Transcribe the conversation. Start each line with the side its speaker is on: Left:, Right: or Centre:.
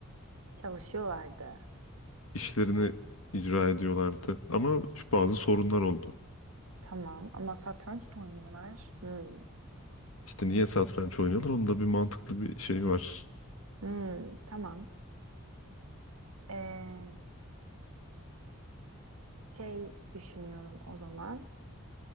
Right: çalışıyorlardı.
Left: İşlerini icra ediyorlardı. Ama şu bazı sorunlar oldu.
Right: Tamam ama satranç da oynuyorlar. Hmm,
Left: İşte niye satranç oynuyorlar? Onun da bir mantıklı bir şeyi var.
Right: hmm, tamam. Ee, şey düşünüyorum o zaman.